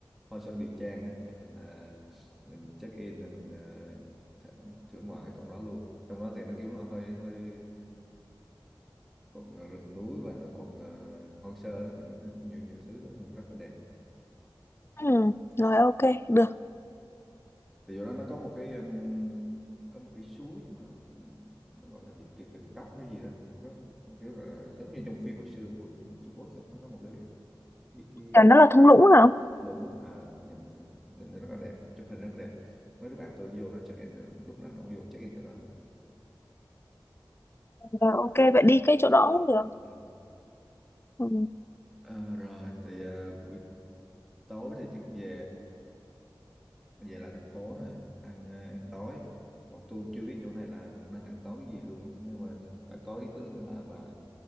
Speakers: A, in the centre; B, on the left (about 30°).
A: Hoa Sơn Điền Trang á để mình à, mình check in rồi mình à, th thưởng ngoạn ở trong đó luôn trong đó thì nó kiểu là hơi hơi còn ờ, rừng núi và nó còn ờ, hoang sơ thì mình nhiều nhiều thứ nó cũng rất là đẹp
B: ừ rồi ok được
A: thì do đó nó có một cái ừm, có một cái suối mà nó gọi là gì tuyệt tình cốc hay gì đó nó, có- nó kiểu là giống như trong phim hồi xưa của Trung Quốc á, nó có một cái cái, cái
B: Chả nó là thung lũng hả
A: lũng á à, nhìn, nó- nhìn nó rất là đẹp chụp hình rất là đẹp mấy đứa bạn tôi đi vô nó check in ờ, lúc nào nó cũng vô check in chỗ đó
B: Rồi, ok vậy đi cái chỗ đó cũng được
A: Ừ.
B: ừ.
A: Ờ, rồi thì à, buổi tối thì chắc về về lại thành phố nè ăn ờ, ăn tối còn tôi chưa biết chỗ này là nên ăn tối cái gì luôn á nhưng mà ch- bà có ý tưởng thì bà, bà